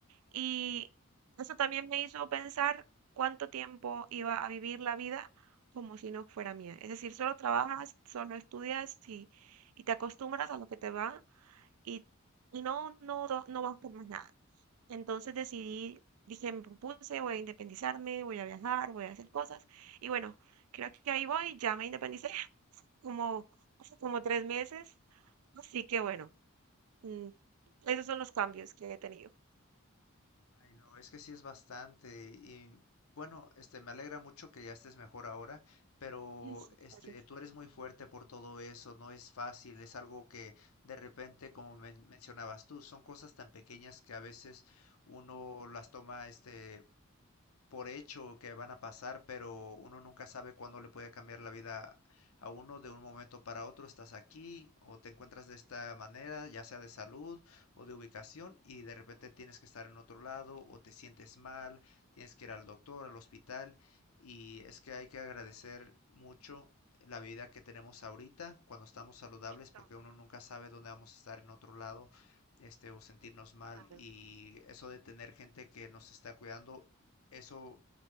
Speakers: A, on the right; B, on the left.
A: Y eso también me hizo pensar cuánto tiempo iba a vivir la vida. como si no fuera mía. Es decir, solo trabajas, solo estudias y, y te acostumbras a lo que te va y, y no, no, no, no vas por más nada. Entonces decidí, dije, me propuse, voy a independizarme, voy a viajar, voy a hacer cosas. Y bueno, creo que ahí voy, ya me independicé <laughs> como, hace como tres meses. Así que bueno, mm, esos son los cambios que he tenido.
B: Ay, no, es que sí es bastante. Y bueno, este, me alegra mucho que ya estés mejor ahora, pero
A: Sí, sí,
B: este,
A: Gracias.
B: tú eres muy fuerte por todo eso, no es fácil, es algo que de repente, como men- mencionabas tú, son cosas tan pequeñas que a veces uno las toma, este por hecho que van a pasar, pero uno nunca sabe cuándo le puede cambiar la vida a uno de un momento para otro. Estás aquí o te encuentras de esta manera, ya sea de salud o de ubicación, y de repente tienes que estar en otro lado o te sientes mal, tienes que ir al doctor, al hospital, y es que hay que agradecer mucho la vida que tenemos ahorita cuando estamos saludables porque
A: Claro,
B: uno nunca sabe dónde vamos a estar en otro lado este o sentirnos mal
A: claro.
B: y eso de tener gente que nos está cuidando eso